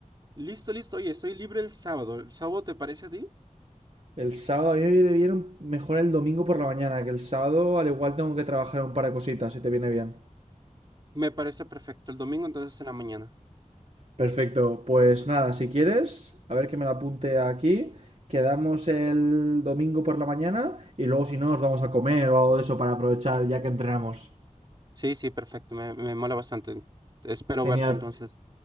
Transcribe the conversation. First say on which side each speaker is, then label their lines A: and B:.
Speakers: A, on the right; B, on the right.
A: Listo, listo, oye, estoy libre el sábado. ¿El sábado te parece a ti?
B: El sábado, a mí me debieron mejor el domingo por la mañana, que el sábado al igual tengo que trabajar un par de cositas, si te viene bien.
A: Me parece perfecto. El domingo entonces en la mañana.
B: Perfecto, pues nada, si quieres, a ver que me la apunte aquí. Quedamos el domingo por la mañana y luego si no nos vamos a comer o algo de eso para aprovechar ya que entrenamos.
A: Sí, sí, perfecto, me, me mola bastante. Espero
B: Genial,
A: verte entonces.